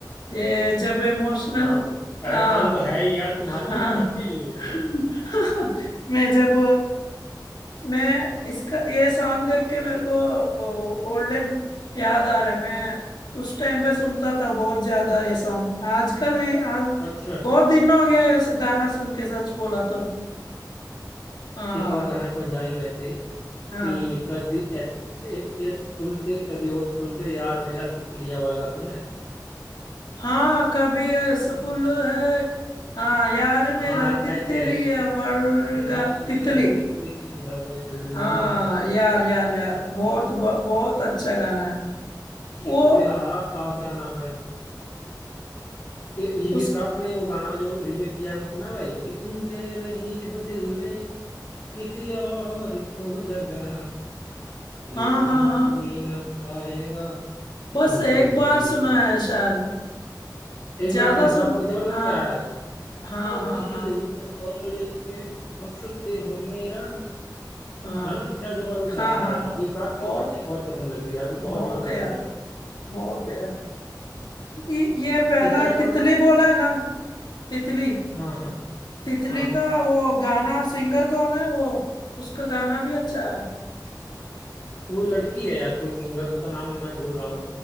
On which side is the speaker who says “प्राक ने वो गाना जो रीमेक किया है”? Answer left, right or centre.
Left